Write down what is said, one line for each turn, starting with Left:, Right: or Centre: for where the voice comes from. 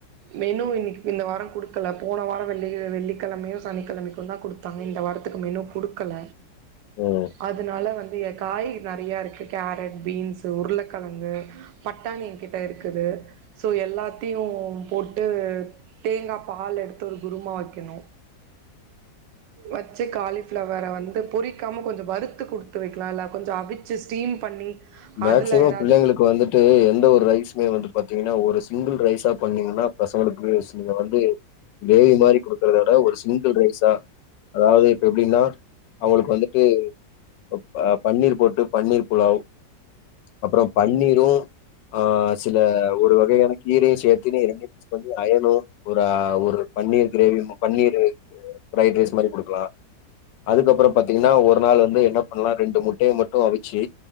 Right: மெனு இன்னைக்கு இந்த வார குடுக்கல போன வார வெள்ளி வெள்ளிக்கிழமையு சனிக்கிழமைக்கு தா குடுத்தாங்க இந்த வாரத்துக்கு மெனு குடுக்கல
Left: ம்.
Right: அதனால வந்து எ காய் நறைய இருக்கு கேரட் பீன்ஸ் உருளக்கெலங்கு பட்டானி எ கிட்ட இருக்குது சோ எல்லாத்தையு போட்டு தேங்கா பால் எடுத்து ஒரு கூருமா வைக்கணு வச்சு காலிப்ளவற வந்து பொறிக்காம கொஞ்ச வறுத்து குடுத்து வைக்கலா இல்ல கொஞ்ச அவிச்சு ஸ்டீம் பண்ணி
Left: மேக்சிமம்
Right: அதுல ஏதாவது
Left: பிள்ளைங்களுக்கு
Right: குட்
Left: வந்துட்டு எந்த ஒரு ரைசுமே வந்து பாத்தீங்கன்னா ஒரு சிங்கள் ரைஸ் பண்ணீங்கன்னா பசங்களுக் நீங்க வந்து கிரேவி மாதிரி கொடுக்கறத விட ஒரு சிங்கிள் ரைஸா அதாவது இப்ப எப்டின்னா அவுங்களுக்கு வந்துட்டு ப பன்னீர் போட்டு பன்னீர் புலாவ் அப்பற பன்னீரு ஆ சில ஒரு வகையான கீரையு சேத்தன்னு நீ இரண்டு பண்ணி அயனு ஒரு-ஒரு paneer gravy paneer fry rice மாரி குடுக்கலா அதுக்கப்புற பாத்தீங்கன்னா ஒரு நாள் வந்து என்ன பண்லா ரெண்டு முட்டைய மட்டு அவிச்சு